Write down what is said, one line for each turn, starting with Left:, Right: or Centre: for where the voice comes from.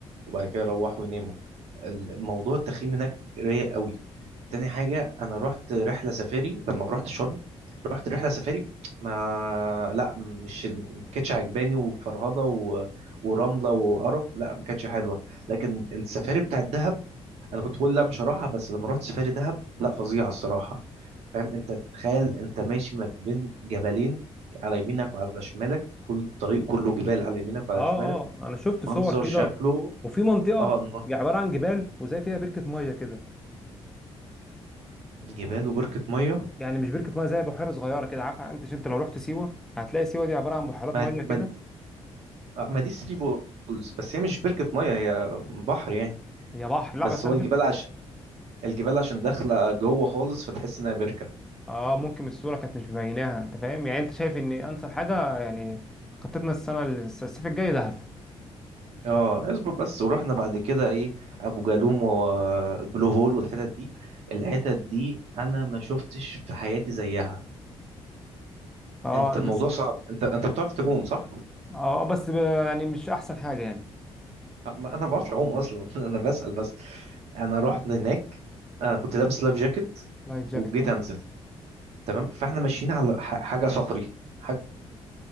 Right: وبعد كده يروحوا يناموا الموضوع التخييم هناك رايق قوي تاني حاجة أنا رحت رحلة سفاري لما رحت شرم رحت رحلة سفاري ما لا مش ما كانتش عجباني وفرهضة و... ورملة وقرف لا ما كانتش حلوة لكن السفاري بتاعت دهب أنا كنت بقول لا مش هروحها بس لما رحت سفاري دهب لا فظيعة الصراحة فاهم أنت تخيل أنت ماشي ما بين جبلين على يمينك وعلى شمالك طول الطريق كله جبال على يمينك وعلى
Centre: اه
Right: شمالك
Centre: اه انا شفت
Right: منظر
Centre: صور كده
Right: شكله
Centre: وفي منطقه
Right: اه المن-
Centre: عباره عن جبال وزي فيها بركه ميه كده
Right: جبال وبركة مية
Centre: يعني مش بركه ميه زي بحيره صغيره كده عارفه انت انت لو رحت سيوه هتلاقي سيوه دي عباره عن بحيرات
Right: ما
Centre: ميه كده
Right: ما آه، ما دي ثري بولز بس هي
Centre: آه،
Right: مش بركة مية هي بحر يعني
Centre: هي بحر
Right: بس
Centre: لا بس
Right: هو
Centre: انا
Right: الجبال
Centre: شفت
Right: عشان الجبال عشان داخلة جوه خالص فتحس انها بركة
Centre: اه ممكن الصوره كانت مش مبيناها انت فاهم يعني انت شايف ان انسب حاجه يعني خطتنا السنه الصيف الجاي دهب
Right: اه اصبر بس ورحنا بعد كده ايه ابو جالوم والبلو هول والحتت دي الحتت دي انا ما شفتش في حياتي زيها
Centre: اه
Right: انت الموضوع
Centre: بس
Right: صعب انت انت بتعرف تعوم صح؟
Centre: اه بس ب- يعني مش احسن حاجه يعني
Right: أه، ما- انا ما بعرفش اعوم اصلا <laughs> انا بسأل بس انا رحت هناك انا كنت لابس لايف جاكيت
Centre: لايف جاكت
Right: وجيت
Centre: اه
Right: انزل تمام فاحنا ماشيين على ح- حاجة صخري حاجة